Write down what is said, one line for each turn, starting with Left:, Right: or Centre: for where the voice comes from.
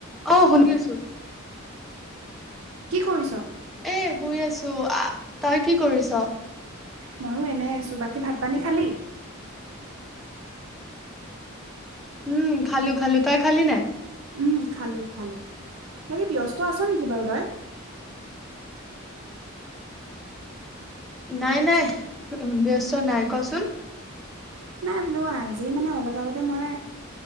Centre: অ' শুনি আছো
Right: কি কৰিছ?
Centre: এ শুই আছো তই কি কৰিছ?
Right: ময়ো এনে আছো বাকী ভাত পানী খালি?
Centre: উম খালো খালো তই খালি নাই?
Right: উম খালো খালো বাকী ব্যস্ত আছ নেকি বাৰু তই?
Centre: নাই নাই। ব্যস্ত নাই কচোন
Right: নাই বোলো আজি মানে অলপ আগতে মই